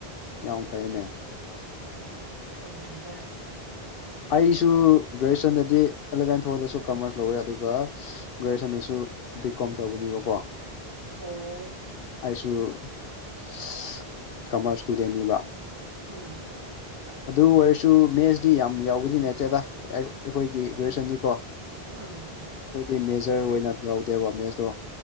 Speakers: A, on the left (about 70°); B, on the right (about 20°).
A: ꯌꯥꯝ ꯐꯩꯅꯦ
B: ꯈꯪꯗ꯭ꯔꯦꯗ
A: ꯑꯩꯁꯨ ꯒ꯭ꯔꯦꯖꯨꯋꯦꯁꯟꯗꯗꯤ ꯑꯦꯂꯚꯦꯟ ꯐꯥꯎꯗꯁꯨ ꯀꯃꯔꯁ ꯂꯧꯋꯦ ꯑꯗꯨꯒ ꯒ꯭ꯔꯦꯖꯨꯑꯦꯁꯟꯗꯁꯨ ꯕꯤ ꯀꯣꯝ ꯇꯧꯕꯅꯦꯕꯀꯣ
B: ꯑꯣ
A: ꯑꯩꯁꯨ ꯏꯁ ꯀꯃꯔꯁ ꯏꯁꯇꯨꯗꯦꯟꯅꯤꯕ
B: ꯎꯝ
A: ꯑꯗꯨ ꯑꯣꯢꯔꯁꯨ ꯃꯦꯠꯁꯇꯤ ꯌꯥꯝ ꯌꯥꯎꯕꯗꯤ ꯅꯠꯇꯦꯗ ꯑꯩꯈꯣꯢꯒꯤ ꯒ꯭ꯔꯦꯖꯨꯌꯦꯁꯟꯗꯤ ꯀꯣ
B: ꯑ
A: ꯈꯣꯢꯗꯤ ꯃꯦꯖꯔ ꯑꯣꯢꯅ ꯂꯧꯗꯦꯕ ꯃꯦꯠꯁꯇꯣ